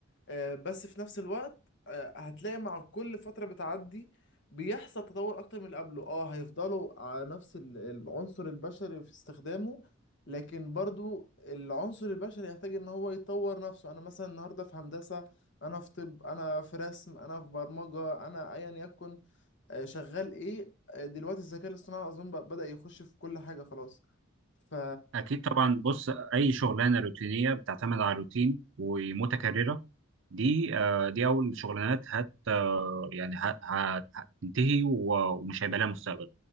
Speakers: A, on the left; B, on the right.
A: آه، بس في نفس الوقت آه، هتلاقي مع كل فترة بتعدي بيحصل تطور أكتر من اللي قبله اه هيفضلوا على نفس ال- العنصر البشري في استخدامه لكن برضو العنصر البشري يحتاج ان هو يطور نفسه انا مثلا النهاردة في هندسة انا في طب انا في رسم انا في برمجة انا ايا يكن آه، شغال ايه آه، دلوقتي الذكاء الاصطناعي اظن بقى- بدأ يخش في كل حاجة خلاص ف
B: أكيد طبعا بص أي شغلانة روتينية بتعتمد على روتين ومتكررة دي آه، دي أول شغلانات هت آه، يعني ه- ه- هتنتهي و- ومش هيبقى لها مستقبل